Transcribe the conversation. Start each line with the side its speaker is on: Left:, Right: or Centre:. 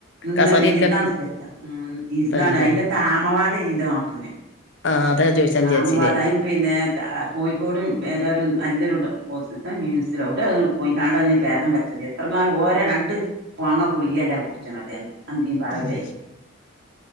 Right: നിന്ന്
Left: കസാലിരിക്കൽ
Right: ഇരിന്ന നിസ്കരിച്ച ഇരന്നാണ്
Left: തന്നെ
Right: അയിനെത്ത ആമവാതേനി ൻ്റ നാത്തൂന്
Left: ആ അതാ ഞാൻ ചോദിച്ചാൻ വിചാരിച്ചിനെ
Right: ആമവാദായും പിന്നെ കോഴിക്കോടും വെതാരു നല്ലൊരു മീൻസിലോ എവിടെയോ പോയി കാണ് ഭേദം വെച്ചത് എത്ര കാലം ഓരോ രണ്ട് പോങ്ങ കുളിക എല്ലാം കുടിച്ചണത് അന്തിയും പകലും
Left: ഉം.
Right: ആയിട്ട്